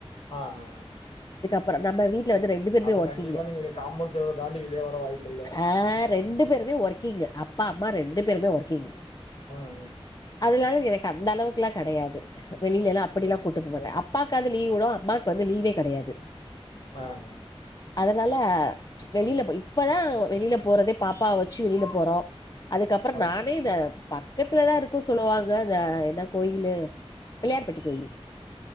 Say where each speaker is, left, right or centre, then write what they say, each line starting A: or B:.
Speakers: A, on the left; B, on the left.
A: ஆ ஆ ஆ
B: ப்பறோ நம்ம வீட் ட்ல வந்து ரெண்டு பேருமே
A: அப்ப
B: ஒர்க்கிங்கு
A: கண்டிப்பா நீங்க காம்பவுண்ட் செவுர தாண்டி வெளிய வர வாய்ப்பில்ல
B: ஆ ரெண்டு பேருமே ஒர்க்கிங்கு அப்பா அம்மா ரெண்டு பேருமே ஒர்க்கிங்கு
A: ஆ ஆ
B: அதுனால எனக்கு அந்த அளவுக்குல்லா கெடையாது வெளியில எல்லா அப்படிலா கூட்டு போ மாட்டே
A: ஆ
B: அப்பாக்கந் ப்ப லீவ் விடோ அம்மாக்கு வந்து லீவே கிடையாது
A: ஆ ஆ
B: அதனால வெளில போ இப்பதா வெளில போறதே பாப்பாவ வச்சு வெளில போறோ அதுக்கப்புறம்
A: ஆ
B: நானே
A: சார்
B: இந்த பக்கத்துல தா இருக்கு ஸ்லோ பாங்க ந்த என்ன கோயிலு பிள்ளையார்பட்டி கோயிலு